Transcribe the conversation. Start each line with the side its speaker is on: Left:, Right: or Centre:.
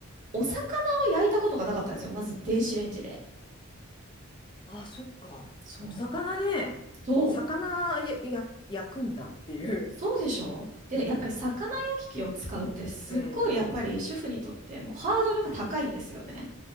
Right: お魚を焼いたことがなかったんですよ。まず電子レンジで。
Left: ああ、そっか。
Right: そう。
Left: お魚ね。
Right: そう。
Left: 魚や、や、焼くんだっていう。
Right: そうでしょで、
Left: うん、
Right: やっぱり魚焼き器を使うってすっごいやっぱり主婦にとってもうハードルが高いんですよね。
Left: うん、うん、うん。